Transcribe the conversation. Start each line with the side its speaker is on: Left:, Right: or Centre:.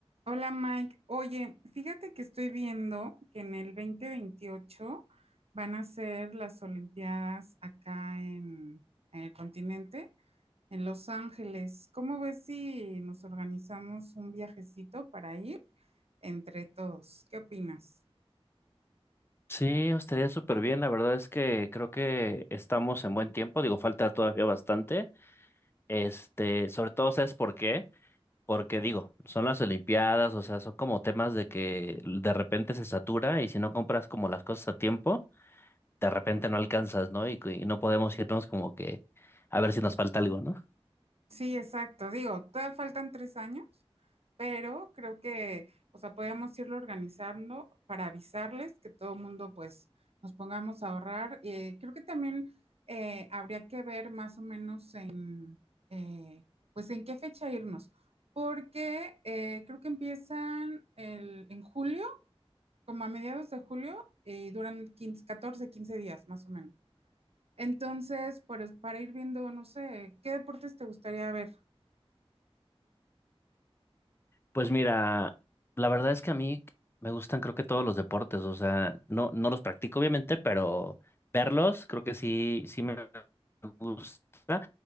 Right: Hola Mike, oye, fíjate que estoy viendo que en el dos mil veintiocho van a ser las Olimpiadas acá en, en el continente, en Los Ángeles. ¿Cómo ves si nos organizamos un viajecito para ir entre todos? ¿Qué opinas?
Left: Sí, estaría súper bien. La verdad es que creo que estamos en buen tiempo. Digo, falta todavía bastante. Este, sobre todo, ¿sabes por qué? Porque digo, son las Olimpiadas, o sea, son como temas de que de repente se satura y si no compras como las cosas a tiempo, de repente no alcanzas, ¿no? Y, y no podemos irnos como que a ver si nos falta algo, ¿no?
Right: Sí, exacto. Digo, todavía faltan tres años, pero creo que, o sea, podríamos irlo organizando para avisarles que todo el mundo, pues, nos pongamos a ahorrar. Eh, creo que también eh, habría que ver más o menos en, eh, pues, en qué fecha irnos, porque eh, creo que empiezan el- en julio, como a mediados de julio, y duran 15, 14, 15 días, más o menos. Entonces, pues, para ir viendo, no sé, ¿qué deportes te gustaría ver?
Left: Pues mira, la verdad es que a mí me gustan creo que todos los deportes, o sea, no, no los practico obviamente, pero verlos creo que sí, sí me gusta.